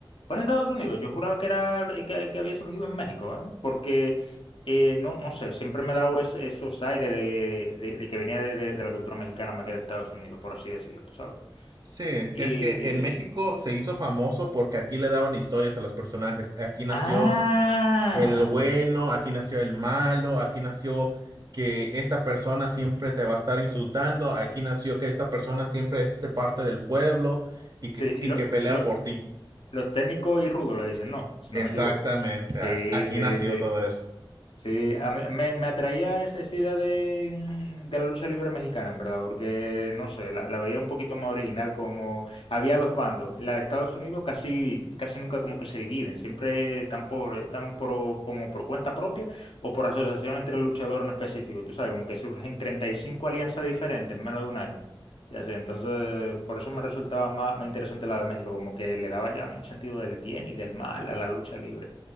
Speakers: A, on the left; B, on the right.
A: Fue en Estados Unidos. Yo juraba que era que, que había surgido en México, ¿eh? Porque eh, no, no sé, siempre me he dado es- esos aires de, de- de que venía de, de- de la cultura mexicana más que de Estados Unidos, por así decirlo, tú sabes.
B: Sí,
A: Y.
B: es que en México se hizo famoso porque aquí le daban historias a los personajes. Aquí nació
A: ¡Ah!
B: el bueno, aquí nació el malo, aquí nació que esta persona siempre te va a estar insultando, aquí nació que esta persona siempre es de parte del pueblo y que,
A: Sí,
B: y
A: lo-
B: que pelea
A: lo-
B: por ti.
A: los técnicos y rudos le dicen, no, si
B: Exactamente,
A: no me equivoco. Sí,
B: así- aquí
A: sí,
B: nació
A: sí.
B: todo eso.
A: Sí, a mí me, me atraía esa, esa idea de, mm, de la lucha libre mexicana, en verdad, porque no sé, la, la veía un poquito más original, como había dos bandos. En la de Estados Unidos casi, casi nunca como que se dividen, siempre tan por, están por- como por cuenta propia o por asociación entre luchadores en específico. Tú sabes, como que surgen 35 alianzas diferentes en menos de un año. Y así, entonces, por eso me resultaba más, más interesante la de México, como que le daba ya un sentido del bien y del mal a la lucha libre,